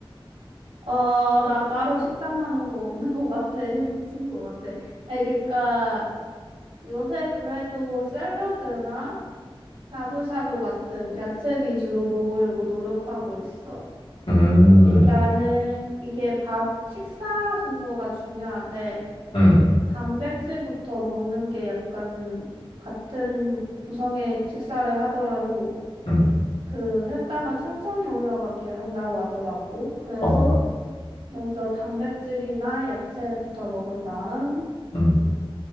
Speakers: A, on the right; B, on the left.
A: 아, 나 따로 식단하는 거 없는 것 같아. <laughs> 미친 것 같아. 아니, 그니까 요새 그래도 샐러드나 샤브샤브 같은 야채 위주로 먹으려고 노력하고 있어.
B: 음,
A: 일단은 이게 밥, 식사 순서가 중요하대.
B: 음,
A: 단백질부터 먹는 게 약간 같은 구성의 식사를 하더라도
B: 음,
A: 그 혈당을 천천히 올라가게 한다고 하더라고. 그래서
B: 어,
A: 먼저 단백질이나 야채부터 먹은 다음
B: 음,